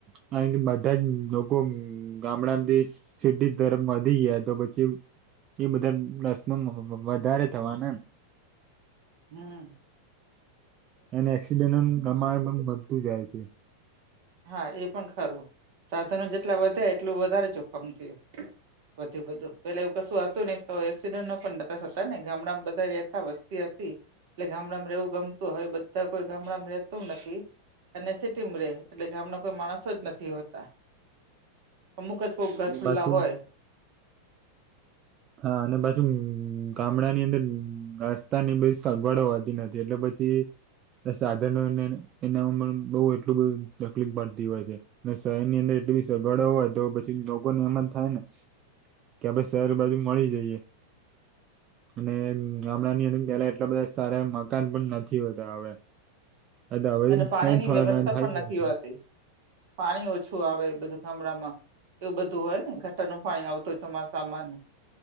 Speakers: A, on the right; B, on the right.
A: કારણ કે બધા જ લોકો ગામડામાંથી સીટી તરફ વધી ગયા તો પછી એ બધા પ્રશ્નો વ વ વધારે થવાના એમ
B: હમ્મ
A: એને એક્સિડેન્ટનું પ્રમાણ માં વધતું જાય છે.
B: હા એ પણ ખરું સાધનો જેટલા વધે એટલું વધારે જોખમ થયું. વધુ બધું પેલે એવું કશું હતું ને તો એક્સિડેન્ટનો પણ નતા થતા ને ગામડામાં બધા રહેતા વસ્તી હતી. એટલે ગામડામાં રહેવું ગમતું હોય બધા કોઈ ગામડામાં રહેતું નથી અને સિટીમાં રહે છે એટલે ગામના કોઈ માણસો જ નથી હોતા અમુક જ કોક ઘર
A: અને
B: ખુલ્લા
A: પાછું
B: હોય.
A: હા અને પાછુ ગામડાની અંદર રાસતાની બધી સગવડો હોતી નથી એટલે પછી એટલે સાધનોને એના <unintelligible> બઉ એટલું બધું તકલીફ પડતી હોય છે. અને શહેરની અંદર એટલી બધી સગવડો હોય તો પછી લોકોને એમ જ થાય ને કે આપણે શહેર બાજુ મળી જઈએ અને ગામડાની અંદર પેલા એટલે બધા સારા મકાન પણ નથી હોતા હવે અ દ હવે
B: અને પાણીની
A: તોય થોડા
B: વ્યવસ્થા
A: ઘણા બાઈ
B: પણ
A: ગયા
B: નથી
A: છે.
B: હોતી પાણી ઓછું આવે બધું ગામડામાં એવું બધું હોય ને ગટરનું પાણી આવતું હોય ચોમાસામાંન